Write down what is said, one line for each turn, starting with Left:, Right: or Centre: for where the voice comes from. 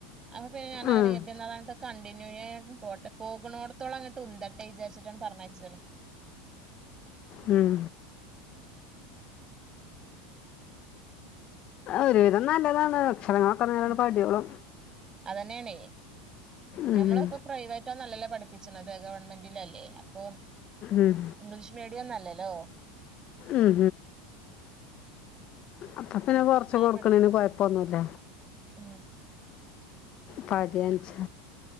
Right: അപ്പൊ പിന്ന ഞാൻ
Left: ആ ആ
Right: <unintelligible> കണ്ട പോട്ടെ പോകണോടത്തോളംങ്ങട്ട് ഉന്ഥ്ര വിചാരിച്ചിട്ടാണ് പറഞ്ഞയച്ചതാണ്
Left: ഉം ഒരുവിധം നല്ലതാണ് അക്ഷരങ്ങളൊക്കെ നേരം
Right: മ്
Left: പടിയോളും
Right: അതന്നെയാണേ
Left: ഉം.
Right: ഞമ്മളിപ്പ പ്രൈവറ്റൊന്നല്ലല്ലേ പഠിപ്പ പിച്ചണത് ഗവൺമെന്റിലല്ലേ അപ്പൊ
Left: ഉം.
Right: ഇംഗ്ലീഷ് മീഡിയം നല്ലല്ലോ
Left: ഉം. അപ്പ പിന്നെ കൊറച്ച് കൊടുക്കണേന്
Right: പഠി
Left: കൊയപ്പൊന്നുല്ല
Right: ഉം
Left: പതിനഞ്ച്